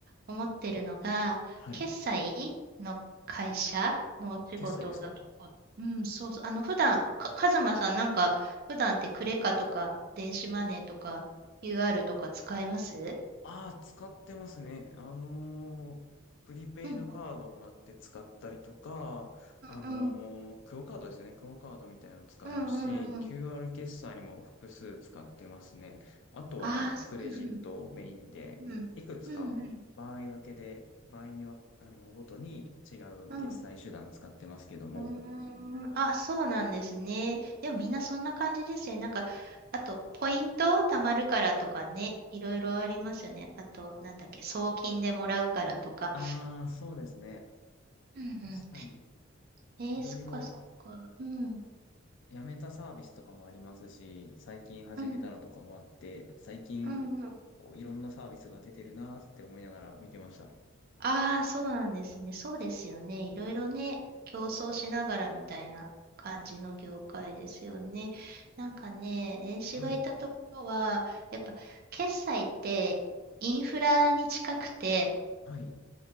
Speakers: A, on the right (about 50°); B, on the left (about 60°).
A: 思ってるのが、
B: はい。
A: 決済の会社のお仕事が結構、
B: あ、決済ですか
A: うん、そうそう、あの、普段、か、カズマさんなんか、普段ってクレカとか、電子マネーとか、u r とか使えます
B: ああ、使ってますね。あのープリペイドカードもらって使ったりとか、
A: うん、
B: あのークオカードですね。
A: うん、うん、
B: クオカードみたいなの使いますし、
A: うん、うん、うん。
B: QR 決済も複数使ってますね。あとは、
A: ああ、
B: まあ、クレジットをメインで、
A: そううん、うん、
B: いくつか場合分けで、
A: うん、うん、うん。
B: 場合には、あの、ごとに違う決済手段使ってますけども。
A: うん。うーん。あ、そうなんですね。でもみんなそんな感じですよね。なんか、あと、ポイント貯まるからとかね、いろいろありますよね。あと、なんだっけ、送金でもらうからとか。
B: ああ、そうですね。
A: うん
B: 確かに、
A: うん。えー、
B: いろいろ
A: そっかそっか。うん。
B: 辞めたサービスとかもありますし、最近始めたのとかもあって、
A: うん。
B: 最近、
A: うんうん。
B: こう、いろんなサービスが出てるなーって思いながら見てました。
A: ああ、そうなんですね。そうですよね。いろいろね、競争しながらみたいな感じの業界ですよね。なんかね、絵師がいたところは、
B: はい、
A: やっぱ決済ってインフラに近くて、
B: はい、